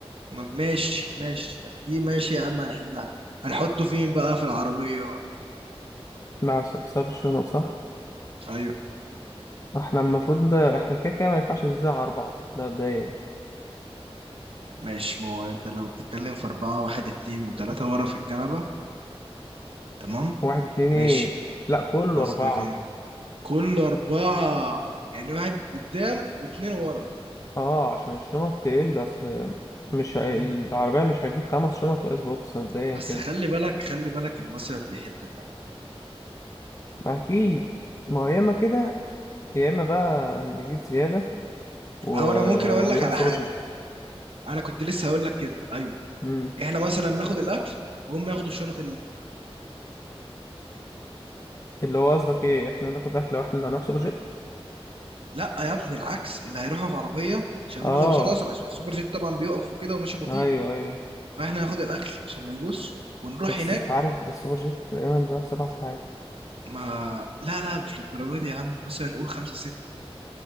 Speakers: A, on the right; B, on the left.
A: ما- ماشي ماشي دي ماشي يا عم هنحلها هنحطه فين بقى في العربية
B: مع بسبب الشنط صح؟
A: ايوه
B: احنا المفروض ده احنا كده كده ما ينفعش نزيد عن أربعة ده مبدئيا
A: ماشي ما هو انت لو بتتكلم في أربعة واحد اتنين وتلاتة ورا في الكنبة تمام
B: واحد اتنين إيه
A: ماشي
B: لأ كله
A: قصدك
B: أربعة
A: ايه كل أربعة يعني واحد قدام واتنين ورا
B: اه عشان الشنط تقل أصل مش هي-
A: مم.
B: العربية مش هجيب خمس شنط وآيس بوكس مبدئيا
A: بس
B: كده
A: خلي بالك خلي بالك المصيف بيحب الدم
B: أكيد ما هو يا إما كده يا إما بقى نجيب زيادة و...
A: او انا ممكن اقول
B: ويروح
A: لك على
B: سوبر
A: حاجة
B: جيت
A: انا كنت لسه هقول لك كده ايوه
B: امم
A: احنا مثلا ناخد الاكل وهم ياخدوا شنط
B: اللي هو قصدك ايه احنا ناخد اكله واحنا اللي هنروح سوبر جيت
A: لا يا ابني العكس اللي هيروحوا في عربيه عشان
B: اه
A: هم اللي هيوصلوا اسرع عشان السوبر جيت طبعا بيقف وكده وماشي بطيء
B: ايوه ايوه
A: فاحنا هناخد الاكل عشان ما يبص ونروح
B: بس
A: هناك
B: انت عارف ده السوبر جيت تقريبا بيقعد سبع ساعات
A: ما لا لا مش للدرجه دي يا عم مثلا نقول خمسة ستة